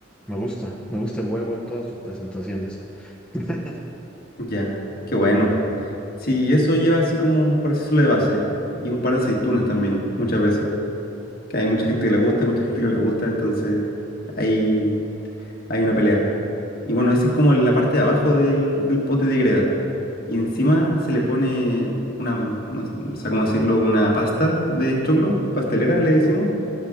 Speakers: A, in the centre; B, on the left.
A: me gusta, me gusta el huevo en todas sus presentaciones. <laughs>
B: Ya, qué bueno. Sí, eso lleva así como para decirlo de base. Y un par de aceitunas también, muchas veces. Que hay mucha gente que le gusta y mucha gente que no le gusta, entonces ahí hay una pelea. Y bueno, esa es como la parte de abajo del, del pote de greda. Y encima se le pone una, no s- no sé cómo decirlo, una pasta de choclo, pastelera le decimos,